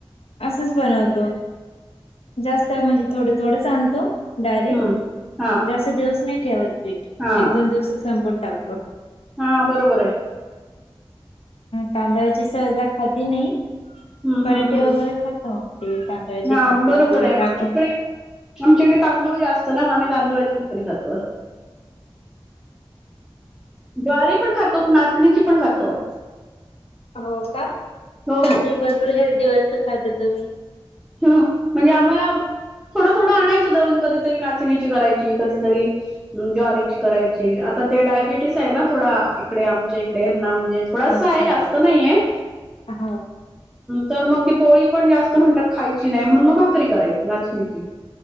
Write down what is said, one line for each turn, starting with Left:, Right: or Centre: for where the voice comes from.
Left: असंच बनवतो. जास्त म्हणजे थोडं थोडंच आणतो. डायरेक्ट,
Centre: हम्म. हा,
Left: जास्त दिवस नाही ठेवत पीठ
Centre: हा,
Left: एक दोन दिवसात संपवून टाकतो.
Centre: हां बरोबर ये.
Left: तांदळाची सहजा खाती नाही,
Centre: हम्म,
Left: पराठे
Centre: हम्म, हम्म.
Left: वगैरे खातो आम्ही ते <unintelligible>
Centre: हा
Left: कांदा
Centre: बरोबर
Left: वगैरे
Centre: हाय आणखी
Left: टाकून
Centre: काय आमच्या इकडे तांदूळ जास्त ना म आम्ही तांदुळाची भाकरी खातो असं. ज्वारी पण खातो, नाचणीची पण खातो.
Left: हो का?
Centre: हो,
Left: छान
Centre: हो.
Left: ये भरपूर हेलदी वस्तू खाता तुम्ही.
Centre: हं, म्हणजे आम्हाला थोडं थोडं आणायचं दळून कधीतरी नाचणीची करायची, कधीतरी अ, ज्वारीची करायची, आता ते डायबिटीस आहे ना थोडा इकडे आमच्या इकडे ह्यंना म्हणजे थोडासा
Left: अच्छा
Centre: आहे जास्त नाही आहे
Left: हो
Centre: तर मग ती पोळी पण जास्त म्हणतात खायची नाय म्हणून म भाकरी करायची नाचणीची